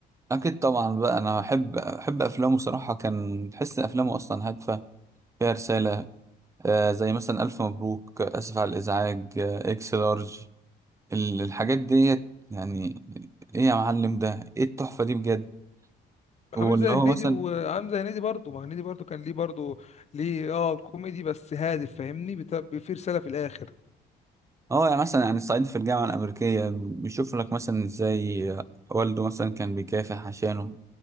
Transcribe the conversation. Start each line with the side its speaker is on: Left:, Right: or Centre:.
Right: اكيد طبعا بقى انا احب احب افلامه صراحه كان تحس ان افلامه اصلا هادفه فيها رساله آه زي مثلا الف مبروك آه، اسف على الازعاج آه اكس لارج ال- الحاجات ديت يعني ايه يا معلم ده ايه التحفه دي بجد واللي
Left: عامل زي
Right: هو
Left: هنيدي
Right: مثلا
Left: وعامل زي هنيدي برضه ما هنيدي برضه كان ليه برضه ليه اه كوميدي بس هادف فاهمني بت- في رسالة في الآخر
Right: اه يعني مثلا يعني الصعيدي في الجامعة الأمريكية بيشوف لك مثلا ازاي والده مثلا كان بيكافح عشانه